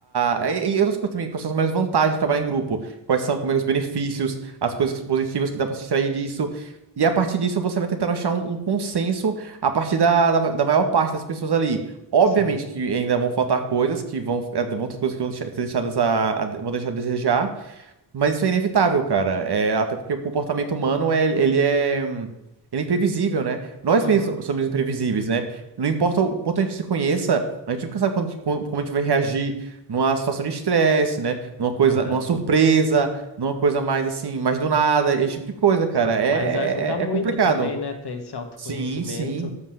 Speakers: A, on the right; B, on the left.
A: a, a- E, e outras coisas também, quais são as maiores vantagens de trabalhar em grupo, quais são como é, os benefícios, as coisas positivas que dá para se extrair disso. E a partir disso, você vai tentando achar um, um consenso a partir da, da, ma- da maior parte das pessoas ali. Obviamente
B: Sei.
A: que ainda vão faltar coisas, que vão, eh, vão ter coisas que vão deixar- ser deixadas a, a- vão deixar a desejar, mas isso é inevitável, cara. É, até porque o comportamento humano, é, ele é, hum, ele é imprevisível, né? Nós
B: Uhum.
A: mesmos so-, somos imprevisíveis, né? Não importa o quanto a gente se conheça, a gente nunca sabe quando- como como a gente vai reagir numa situação de estresse, né? Numa coisa,
B: Aham.
A: numa surpresa, numa coisa mais assim, mais do nada, esse tipo de coisa, cara.
B: Sim.
A: É,
B: Mas ajuda muito
A: é, é complicado.
B: também, né, ter esse autoconhecimento
A: Sim, sim.